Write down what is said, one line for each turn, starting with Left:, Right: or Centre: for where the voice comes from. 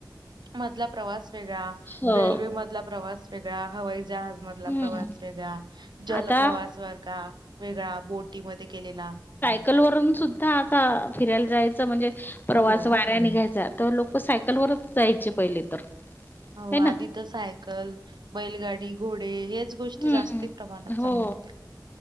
Right: मधला प्रवास वेगळा
Left: हो.
Right: रेल्वे मधला प्रवास वेगळा हवाई जहाज मध ला
Left: हं.
Right: प्रवास वेगळा जल
Left: आता
Right: प्रवास वर्गा वेगळा बोटीमध्ये केलेला
Left: सायकल वरून सुद्धा आता फिरायला जायचं म्हणजे प्रवास
Right: हो.
Left: वाऱ्या निघायचा त लोक त सायकलवरच जायचे पहिले तर
Right: हो
Left: है ना?
Right: आधी त सायकल, बैलगाडी, घोडे हेच गोष्टी
Left: हम्म
Right: जास्ती प्रमाणात
Left: हो
Right: चालत होत्या.